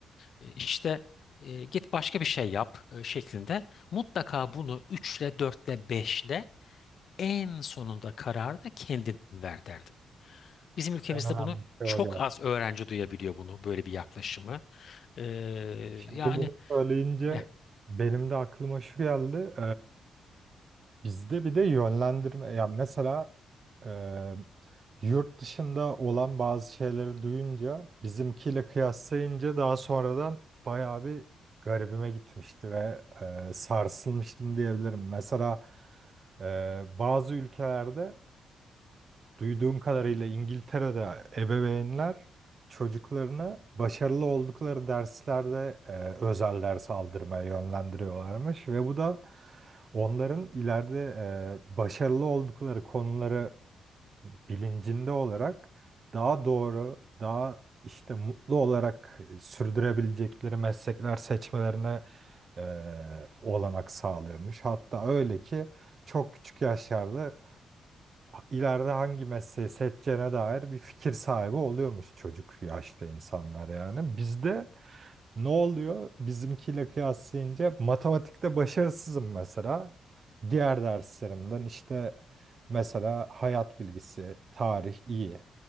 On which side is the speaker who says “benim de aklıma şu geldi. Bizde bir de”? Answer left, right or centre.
Right